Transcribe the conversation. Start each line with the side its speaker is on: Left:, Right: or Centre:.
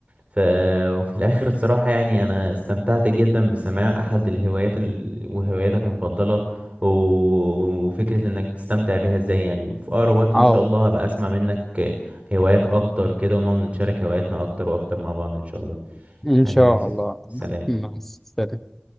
Right: ف وفي الاخر الصراحه يعني انا استمتعت جدا بسماع احد الهوايات ال... وهواياتك المفضله و... وفكره انك تستمتع بيها ازاي يعني وفي اقرب وقت
Centre: اه
Right: ان شاء الله هبقى اسمع منك هوايات اكتر كده ونقعد نتشارك هواياتنا اكتر واكتر مع بعض ان شاء الله
Centre: ان
Right: حبيبي
Centre: شاء
Right: يا سيف
Centre: الله
Right: سلام
Centre: مع السلامه